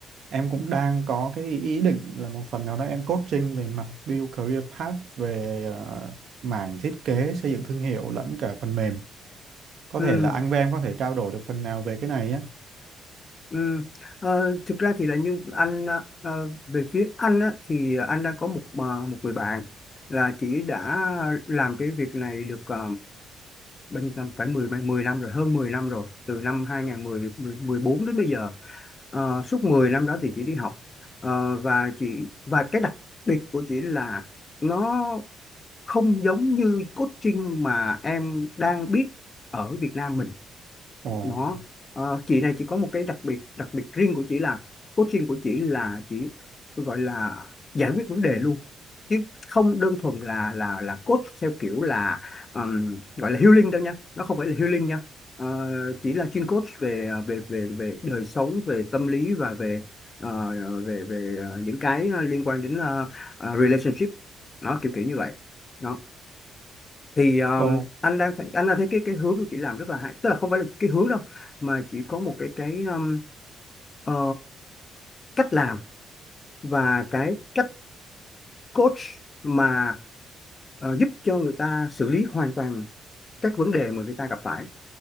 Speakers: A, on the right (about 65°); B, on the left (about 35°).
A: em cũng đang có cái ý ý định là một phần nào đó em coaching về mặt build career path về ờ, mảng thiết kế, xây dựng thương hiệu lẫn cả phần mềm. Có
B: anh
A: thể là anh với em có thể trao đổi được phần nào về cái này á.
B: Ừ. ờ, thực ra thì là như anh ờ, ờ, về phía anh á, thì anh đang có một ờ, một người bạn là chỉ đã làm cái việc này được ờ, bao nhiêu năm phải 10 10 năm rồi hơn 10 năm rồi từ năm hai không mười bốn đến bây giờ Ờ, suốt 10 năm đó thì chị đi học Ờ, và chị và cái đặc biệt của chị là nó không giống như coaching mà em đang biết ở Việt Nam mình
A: Ồ,
B: nó ờ, chị này chỉ có một cái đặc biệt đặc biệt riêng của chị là coaching của chị là chị gọi là giải quyết vấn đề luôn chứ không đơn thuần là là là coach theo kiểu là ừm, gọi là healing đâu nha nó không phải là healing nha Ờ, chỉ là chuyên coach về về về về đời sống về tâm lý và về ờ, về về ờ, những cái liên quan đến ờ, ờ, relationship nó kiểu kiểu như vậy đó thì um,
A: ồ,
B: anh đang thấy- anh đang thấy cái cái hướng của chị làm rất là hay tức là không phải là cái hướng đâu mà chỉ có một cái cái um, ờ, cách làm và cái cách coach mà ờ, giúp cho người ta xử lý hoàn toàn các vấn đề mà người ta gặp phải